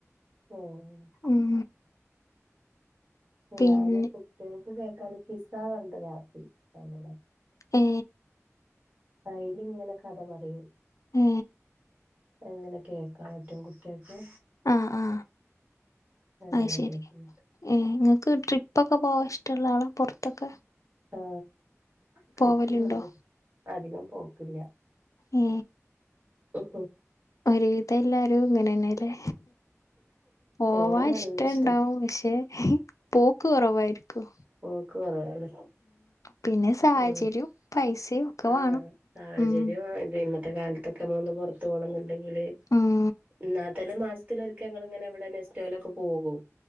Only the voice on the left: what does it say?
ഉം പിന്നെ
ഏ
ഏ
ആ ആ
അത് ശരി
ഏ നിങ്ങൾക്ക് ട്രിപ്പ് ഒക്കെ പോവാൻ ഇഷ്ടള്ള ആളാ പൊറത്തൊക്കെ
പോവലുണ്ടോ
ഏ
ഒരു വിതം എല്ലാരും ഇങ്ങനെന്നേലേ പോവാ
ഇഷ്ടണ്ടാവും
പക്ഷെ പോക്ക് കുറവായിരിക്കും
പിന്നെ സാഹചര്യവും
പൈസയും ഒക്കെ
വാണം
ഉം
ഉം